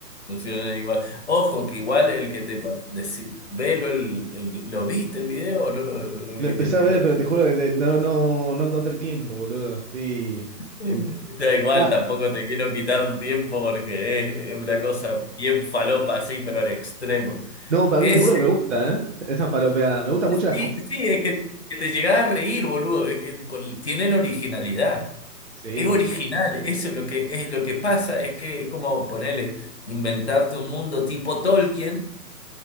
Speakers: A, on the left (about 45°); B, on the right (about 50°).
A: Funcionan igual. Ojo, que igual el que te pas- deci- velo el, el vi- ¿lo viste el video o no lo, no lo
B: Lo
A: viste
B: empecé
A: al
B: a
A: final?
B: ver, pero
A: <laughs>
B: te juro que de- no, no, no encontré tiempo, boludo. Estoy
A: Da
B: en-
A: igual,
B: Ah,
A: tampoco te quiero quitar tiempo porque es, es una
B: no,
A: cosa bien falopa así, pero al extremo.
B: No, para
A: Es,
B: mí, te juro que me gusta, ¿eh? Esa falopeada. Me gustan mucho
A: sí,
B: las cosas.
A: sí, es que, que te llegás a reír, boludo. es que por- tienen originalidad.
B: Sí,
A: Es original, eso es lo que, es lo que pasa, es que es como ponerle, inventarte un mundo tipo Tolkien